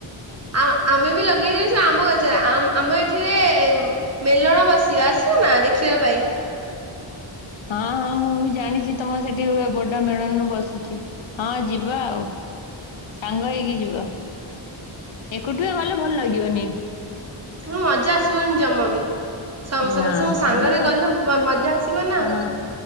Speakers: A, on the right (about 30°); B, on the left (about 70°).
A: ଆଉ ଆମେ ବି ଲଗେଇ ଦେଇଛୁ ଆମ ଗଛରେ ଆମ୍ ଆମ ଏଠିରେ ମେଲଣ ବସିବ ଆସିବ ନା ଦେଖିବା ପାଇଁ?
B: ହଁ ହଁ ମୁଁ ବି ଜାଣିଛି ତମର ସେଠି ବଡ ମେଳଣ ବସୁଛି। ହଁ ଯିବା ଆଉ ସାଙ୍ଗ ହେଇକି ଯିବ। ଏକୁଟିଆ ଗଲେ ଭଲ ଲାଗିବନି।
A: ହୁଁ ମଜା ଆସିବନି ଜମା ବି ସମସ୍ତେ
B: ନା
A: ମୋ ସେ ସାଙ୍ଗରେ
B: ସାଙ୍ଗ ସ
A: ଗଲେ ମଜା ଆସିବ ନା।
B: ହଁ